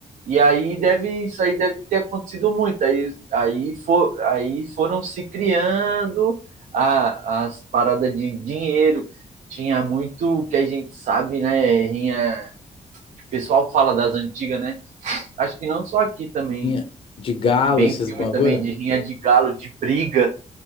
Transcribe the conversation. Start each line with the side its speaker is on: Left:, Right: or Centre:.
Right: E aí deve, isso aí deve ter acontecido muito. Aí, aí, for, aí foram se criando a, as paradas de dinheiro. Tinha muito o que a gente sabe, né? Rinha, que o pessoal fala das antigas, né? Acho que não só aqui também.
Left: tinha de galo,
Right: Bem
Left: esses
Right: filme
Left: bagulho.
Right: também de rinha de galo, de briga,